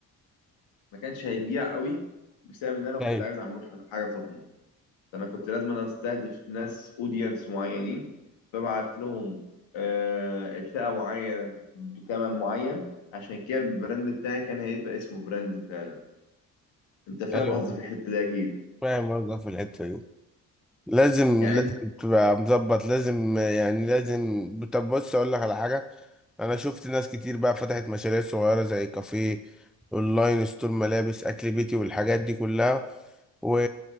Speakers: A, on the left; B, in the centre.
A: ما كانش هيبيع قوي بسبب ان انا كنت
B: ايوه
A: عايز اعمله ح- حاجه فخمه فانا كنت لازم انا استهدف ناس اودينس معينين فبعت لهم آه، فئه معينه بثمن معين عشان كده البراند بتاعي كان هيبقى اسمه براند فعلا انت فاهم
B: ايوه
A: قصدي في الحته دي اكيد
B: فاهم قصدك في الحته دي لازم
A: يعني
B: لازم
A: انت
B: تبقى مظبط لازم يعني لازم طب بص اقول لك على حاجه انا شفت ناس كتير بقى فتحت مشاريع صغيره زي كافيه اونلاين ستور ملابس اكل بيتي والحاجات دي كلها و...